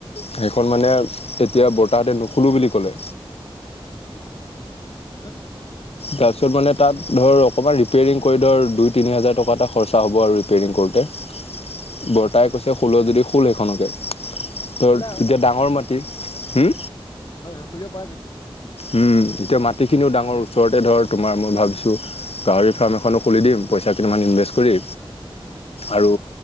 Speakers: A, on the left; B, on the left.
A: সেইখন মানে এতিয়া বৰ্তাহতে নুখুলো বুলি কলে।
B: তাৰপিছত?
A: তাৰপিছত মানে তাত ধৰ অকমান ৰিপিয়েৰিং কৰি ধৰ দুই তিনি হাজাৰ টকা এটা খৰচা হ'ব আৰু ৰিপিয়েৰিঙ কৰোতে।
B: হয় হয়।
A: বৰতাই কৈছে খুল' যদি খোল সেইখনকে।
B: অ
A: ধৰ
B: খোলা
A: এতিয়া ডাঙৰ মাটি, হুম
B: হয় হয় খুলিব পাৰা কিন্তু।
A: উম এতিয়া মাটিখিনিও ডাঙৰ ওচৰতে ধৰ তোমাৰ মই ভাবিছো গাহৰি ফাৰ্ম এখনো খুলি দিম পইচা কেইটামান ইনভেষ্ট কৰি। আৰু